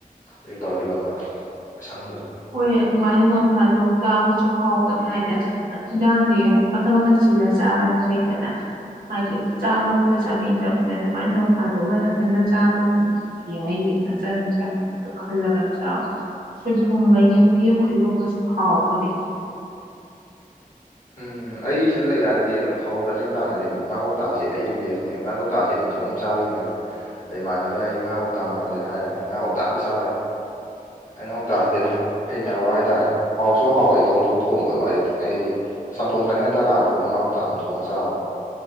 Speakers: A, on the left; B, on the right.
A: ꯑꯗꯨ ꯇꯧꯔ ꯏꯔꯣꯟꯕ ꯑꯁꯪꯕꯗꯣ
B: ꯍꯣꯏ ꯑꯗꯨꯃꯥꯏꯅ ꯅꯣꯡ ꯐꯥꯗꯣꯛ ꯆꯥꯕꯁꯨ ꯍꯥꯎꯕꯅꯦ ꯍꯥꯏꯗꯤ ꯑꯁ ꯌꯥꯥꯡꯒꯤ ꯍꯥꯏꯗꯤ ꯃꯈꯟ ꯃꯈꯟ ꯁꯤꯜꯂꯒ ꯆꯥꯕꯅ ꯐꯩꯗꯅ ꯍꯥꯏꯗꯤ ꯆꯥꯕ ꯑꯝꯇ ꯆꯪꯉꯤ ꯆꯥꯕꯅꯤꯅ ꯑꯗꯨꯃꯥꯏꯅ ꯅꯣꯡ ꯐꯥꯗꯣꯛꯅ ꯅꯥꯀꯟꯗ ꯆꯥꯕꯅꯤꯅ ꯌꯥꯏ ꯑ ꯆꯅꯤ ꯆꯅꯤ ꯍꯜꯂꯒ ꯆ ꯄꯨꯡꯒꯩꯒꯟꯇꯤ ꯑꯃꯨꯛ ꯏꯔꯣꯟꯒꯁꯨ ꯍꯥꯎꯕꯅꯦ
A: ꯎꯝ ꯑꯩꯁꯤꯗ ꯂꯩꯀꯥꯟꯗꯗꯤ ꯑꯗꯨꯝ ꯊꯥꯎ ꯆꯠꯅꯤ ꯀꯥꯟꯗꯗꯤ ꯑꯗꯨꯝ ꯉꯥ ꯀꯧꯇꯥꯥꯁꯦ ꯑꯩꯗꯤ ꯕꯦꯁꯅꯦꯕ ꯉꯥ ꯀꯧꯇꯥꯥꯁꯦ ꯑꯗꯨꯝ ꯊꯣꯛꯑꯝ ꯆꯥꯔꯤꯅꯦꯕ ꯑꯗꯨꯩ ꯏꯥꯟꯅꯕꯅ ꯑꯩꯁꯦ ꯉꯥ ꯀꯧꯇꯥ ꯃꯥꯜꯂꯦꯅ ꯍꯥꯏꯔꯝꯃꯤ ꯉꯥ ꯀꯧꯇꯥꯗ ꯆꯥꯎꯋꯦ ꯑꯩꯉꯧꯇꯥꯥꯁꯦ ꯑꯗꯨꯝ ꯍꯩꯅꯕ ꯍꯥꯏꯇꯥꯔꯦ ꯍꯥꯎꯁꯨ ꯍꯥꯎ ꯏꯇꯣ ꯑꯃꯝꯇꯣꯛ ꯊꯣꯡꯕꯗꯣ ꯍꯥꯏꯗꯤ ꯑꯩꯗꯤ ꯑꯁ ꯆꯝꯊꯣꯡ ꯆꯥꯅꯤꯡꯉ ꯇ ꯀꯥꯟꯗꯀꯣ ꯑꯗꯨꯝ ꯉꯥꯔꯣꯛꯇ ꯑꯗꯨꯝ ꯊꯣꯡꯉꯒ ꯆꯥꯕ